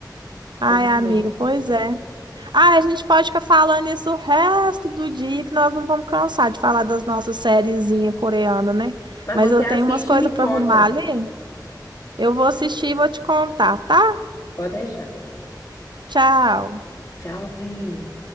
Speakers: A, on the right; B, on the left.
A: Ai,
B: Eu me
A: amiga,
B: lembro.
A: pois é. Ah, a gente pode ficar falando isso o resto do dia, que nós não vamos cansar de falar das nossas sériezinhas coreanas, né?
B: Mas
A: Mas
B: você
A: eu
B: assiste
A: tenho umas coisas
B: e me conta.
A: para arrumar ali. Eu vou assistir e vou te contar, tá?
B: Pode deixar.
A: Tchau.
B: Tchauzinho.